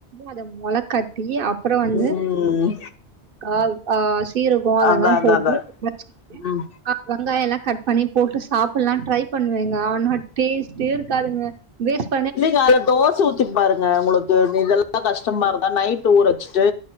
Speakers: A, on the right; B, on the left.
A: அத மொள கட்டி அப்புறே வந்து
B: ம்
A: ஆ ஆ சீர ஓ அத
B: அதான்
A: எல்லா
B: அதான்
A: போட்டு
B: அதான்
A: அரைச்சிட்டு
B: ம்.
A: வெங்காயம் எல்லா கட் பண்ணி போட்டு சாப்பிடலா ட்ரை பண்ணுவாங்க ஆனா டேஸ்ட் இருக்காதுங்க வேஸ்டு
B: இல்லைங்க அதுல தோசை ஊத்தி பாருங்க உங்களுக்கு இத எல்லா கஷ்டமா இருந்தா நைட்டு ஊற வச்சிட்டு